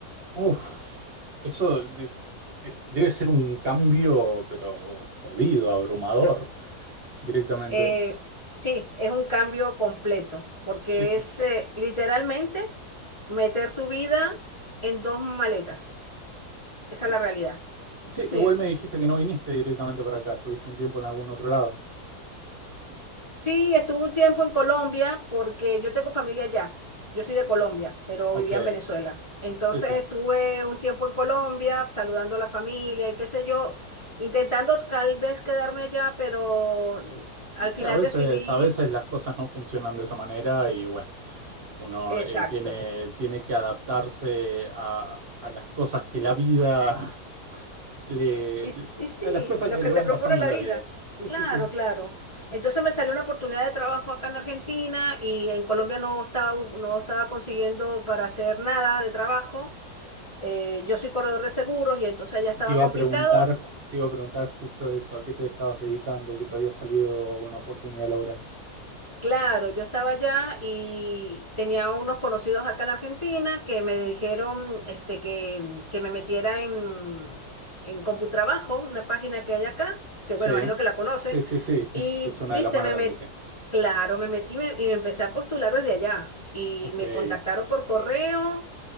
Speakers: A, on the right; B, on the left.
A: Uf, eso de- eh, debe ser un cambio, pero jodido, abrumador, directamente.
B: Eh, sí, es un cambio completo porque
A: Sí, sí.
B: es eh, literalmente meter tu vida en dos maletas. Esa
A: Eh,
B: es la realidad.
A: Sí,
B: <laughs>
A: igual me dijiste que no viniste directamente para acá, estuviste un tiempo en algún otro lado.
B: Sí, estuve un tiempo en Colombia porque yo tengo familia allá. Yo soy de Colombia, pero
A: Ok,
B: vivía en Venezuela. Entonces
A: sí, sí.
B: estuve un tiempo en Colombia saludando a la familia y qué sé yo, intentando tal vez quedarme allá, pero al final
A: Sí, a veces,
B: decidí,
A: a veces las cosas no funcionan de esa manera y bueno, uno
B: exacto.
A: eh, tiene, tiene que adaptarse a, a las cosas que la vida <laughs> le,
B: Y,
A: le-
B: s- y sí,
A: a las cosas
B: lo
A: que
B: que
A: le
B: te
A: van
B: propone
A: pasando
B: la
A: en la
B: vida.
A: vida. Sí,
B: Claro,
A: sí, sí.
B: claro. Entonces me salió una oportunidad de trabajo acá en Argentina y en Colombia no estaba, no estaba consiguiendo para hacer nada de trabajo. Eh, yo soy corredor de seguros y entonces allá estaba
A: Te iba
B: complicado.
A: a preguntar, ju- te iba a preguntar justo eso, ¿a qué te estabas dedicando? Que te había salido una oportunidad laboral.
B: Claro, yo estaba allá y tenía unos conocidos acá en Argentina que me dijeron este, que, que me metiera en, en Computrabajo, una página que hay acá, que
A: Sí,
B: bueno, imagino que la conoce.
A: sí, sí, sí. <laughs>
B: Y,
A: Es una
B: viste,
A: de las más
B: me
A: grandes,
B: met-
A: sí.
B: claro, me metí me- y me empecé a postular desde allá. Y
A: Ok.
B: me contactaron por correo